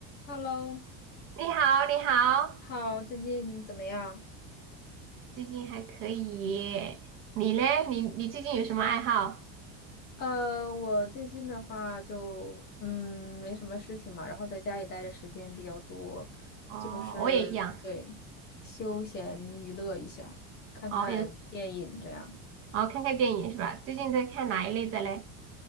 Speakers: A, on the left (about 25°); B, on the right (about 30°).
A: Hello，
B: 你好，你好，
A: 你好，最近怎么样？
B: 最近还可以耶你嘞？你你最近有什么爱好？
A: 呃，我最近的话就嗯没什么事情嘛，然后在家里待的时间比较多，
B: 哦，
A: 就是对休闲娱乐一下，
B: 我也一样。
A: 看看电影这样。
B: 哦，有哦，看看电影是吧？最近在看哪一类的嘞？